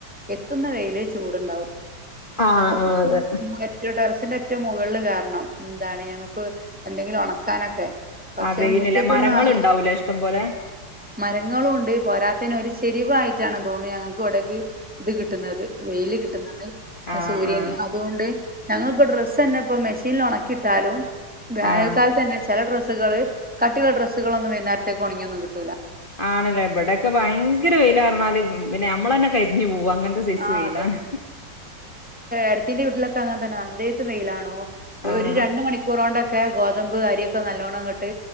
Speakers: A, in the centre; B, on the left.
A: എത്തുന്ന വെയിൽ ചൂടുണ്ടാവും
B: ആ
A: ഞങ്ങൾക്കിപ്പോ
B: ആ അതെ
A: ടെറസിന്റെ ഏറ്റും മുകളില് കേറണം ന്താണ് ഞങ്ങൾക്ക് എന്തെങ്കിലും ഒണക്കാനൊക്കെ പക്ഷെ
B: ആ വെയില്ല്ലെ
A: മുറ്റത്തൊന്നും
B: മരങ്ങളുണ്ടാവൂലെ ഇഷ്ടം പോലെ
A: മരങ്ങളുണ്ട് പോരാത്തേന് ഒരു ചെരിവായിട്ടാണ് തോന്നു ഞങ്ങൾക്ക് ഇവിടക്ക് ഇത് കിട്ടുന്നത് വെയില് കിട്ടുന്നത്
B: ആഹ്
A: ആ സൂര്യന്
B: ആഹ്
A: അതുകൊണ്ട് ഞങ്ങി ൾപ്പോ ഡ്രസ്സ് തന്നെ ഇപ്പ മെഷീനിൽ ഒണക്കിട്ടാലും വേനൽക്കാലതന്നെ
B: ആഹ്
A: ചില ഡ്രസ്സുകള് കട്ടിള്ള ഡ്രസ്സുകളൊന്നും വൈകുന്നേരത്തേക്ക് ഉണങ്ങിയൊന്നും കിട്ടൂല്ല
B: ആണല്ലെ ഇവിടെക്കെ ഭയങ്കര വെയ്ലാറ്ഞ്ഞാല് പിന്നെ നമ്മളന്നെ കരിഞ്ഞു പോവ അങ്ങനത്തെ സൈസ്
A: ആ
B: വെയിലാണ്
A: അതെ എട്ടത്തിന്റെ വീട്ടിലൊക്കെ അങ്ങനെ തന്നെ <unintelligible> വെയിലാണോ
B: ആഹ്
A: ഒരു രണ്ട് മണിക്കൂറോണ്ടൊക്ക ക്കെ ഗോതമ്പ് അരിക്കെ നല്ലോണങ്ങട്ട്